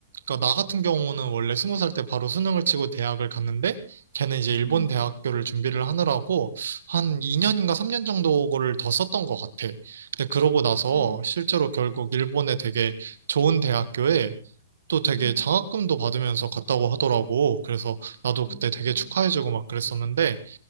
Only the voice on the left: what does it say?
음,
음,
어,
음,
음,